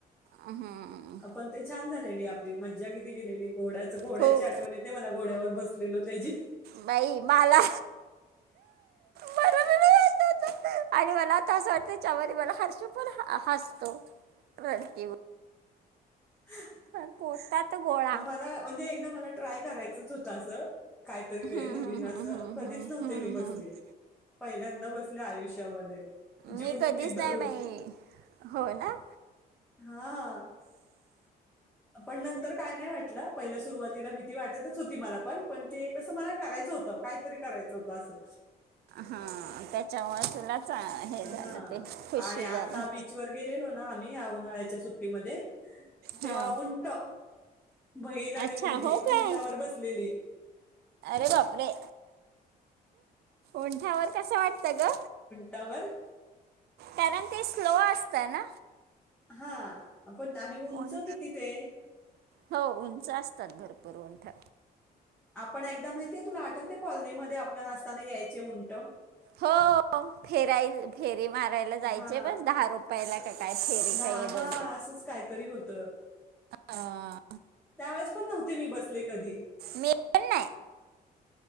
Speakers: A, on the right; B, in the centre.
A: अ हम्म.
B: आपण ते छान झालेली आपली मज्जा किती केलेली घोड्याच घोड्याची
A: खूप
B: आठवण येते मला घोड्यावर बसलेलो त्याची.
A: बाई मला मला बी नाही आठवत. आणि मला आता असं वाटत चवररी मला हर्ष पण ह हसतो रडकीवर
B: <unintelligible>
A: ह पोटात गोळा
B: मला म्हणजे एकदा मला ट्राय करायचंच होतं असं. काही तरी वे
A: हम्म,
B: नवीन
A: हम्म, हम्म,
B: असं
A: हम्म,
B: कधीच
A: हम्म,
B: नव्हते
A: हम्म,
B: मी बसले.
A: हम्म.
B: पहिल्यांदा बसले आयुष्यामध्ये जीव
A: मी
B: मुठीत
A: कधीच
B: धरून.
A: नाही बाई हो ना.
B: हा-हा पण नंतर काय नाही वाटलं पहिलं सुरुवातीला भीती वाटतच होती मला पण-पण ते कसं मला करायचं होतं. कायतरी करायचं होतं असं.
A: हा त्याच्यामुळे तुलाच हे झालं
B: हा
A: ते खुशी
B: आणि आता
A: झाली.
B: बीचवर गेलेलो ना आम्ही या उन्हाळ्याच्या सुट्टीमध्ये तेव्हा
A: हां
B: उंट बहीण आणि
A: अच्छा
B: मुलगी
A: हो
B: उंटावर
A: काय
B: बसलेली.
A: अरे बापरे उंठावर कस वाटत ग.
B: टावर
A: कारण ते स्लो असतं ना.
B: हा पण आणि उंच
A: उं
B: किती ते.
A: हो उंच असतात भरपूर उंट.
B: आपण एकदा माहितीय तुला आठवते कॉलनी मध्ये आपल्याला नसताना यायचे उंट.
A: हो फेराईल ''--'' फेरी मारायला जायची
B: हा
A: बस दहा रुपयाला का काय फेरी
B: दहा
A: का आहे
B: हा
A: दोन रुपये.
B: असंच काहीतरी होतं
A: हा.
B: त्यावेळेस पण नव्हते मी बसले कधी.
A: मी पण नाही